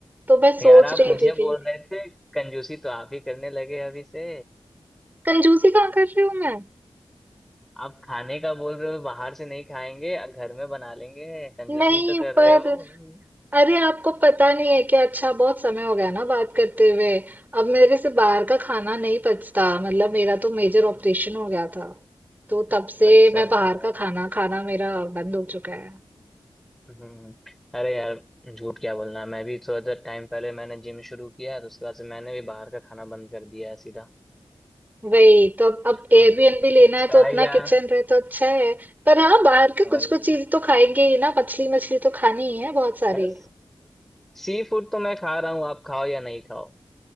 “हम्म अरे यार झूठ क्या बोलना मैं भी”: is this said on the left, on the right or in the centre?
Centre